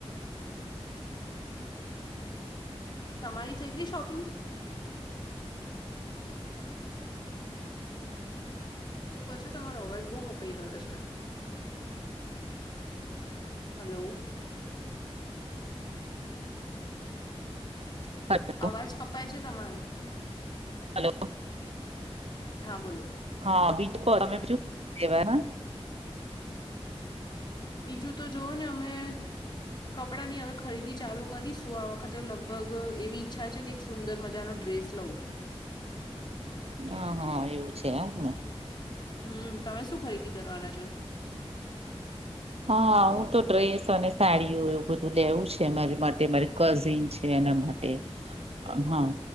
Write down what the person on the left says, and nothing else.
તમારી થઈ ગઈ શોપિંગ? તું કરશો તમારો અવાજ બહુ કપાઈ રહ્યો છે. હલો.
અવાજ કપાય છે તમારો.
હા, બોલો?
બીજું તો જોવ ને અમે કપડાંની હવે ખરીદી ચાલુ કરીશું. આ વખતે લગભગ એવી ઈચ્છા છે કે સુંદર મજાનો ડ્રેસ લઉ.
હમ. તમે શું ખરીદી કરવાના છો?